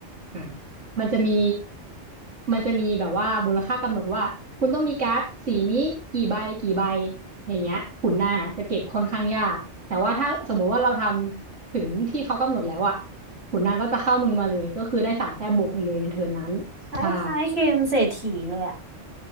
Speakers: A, on the right; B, on the right.
A: อ่ะมันจะมีมันจะมีแบบว่ามูลค่ากำหนดว่าคุณต้องมีการ์ดสีนี้กี่ใบกี่ใบอย่างเงี้ยขุนนางอะจะเก็บค่อนข้างยากแต่ว่าถ้าสมมุติว่าเราทำถึงที่เขากำหนดแล้วอะ ขุนนางก็จะเข้ามือมาเลยก็คือได้สามแต้มบวกไปเลยในเทิร์นนั้นใช่
B: คล้ายๆเกมเศรษฐีเลยอ่ะ